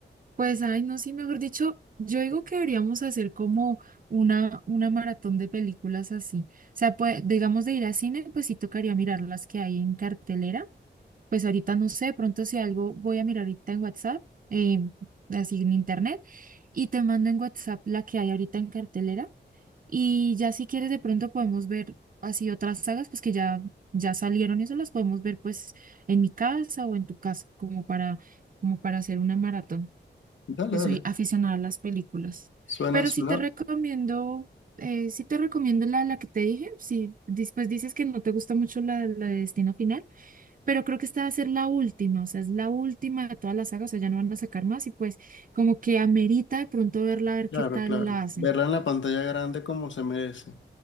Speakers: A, on the right; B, on the left.
A: Pues, ay, no, sí, mejor dicho, yo digo que deberíamos hacer como una, una maratón de películas así. O sea, pues, digamos de ir a cine, pues sí tocaría mirar las que hay en cartelera. Pues ahorita no sé, pronto si algo voy a mirar ahorita en WhatsApp, eh, así en internet, y te mando en WhatsApp la que hay ahorita en cartelera Y ya si quieres de pronto podemos ver así otras sagas, pues que ya, ya salieron y eso las podemos ver pues en mi casa o en tu casa, como para, como para hacer una maratón,
B: Dale,
A: que
B: dale.
A: soy aficionada a las películas.
B: Suena,
A: Pero
B: suena.
A: sí te recomiendo, eh, sí te recomiendo la, la que te dije, si después dices que no te gusta mucho la, la de Destino Final, pero creo que esta va a ser la última, o sea, es la última de todas las sagas, o sea, ya no van a sacar más y pues como que amerita de pronto verla, a ver
B: Claro,
A: qué tal
B: claro.
A: la hacen.
B: Verla en la pantalla grande como se merece.